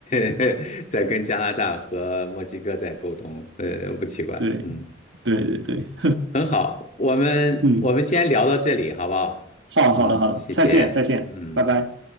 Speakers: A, on the left; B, on the right.
A: <laughs> 在跟加拿大和墨西哥在沟通，呃，不奇怪，
B: 对
A: 嗯，
B: 对对对，
A: 很好，我们我们先聊到这里，
B: 嗯，
A: 好不好？
B: 好的好的好的，
A: 嗯，谢谢，
B: 再见再见，
A: 嗯。
B: 拜拜。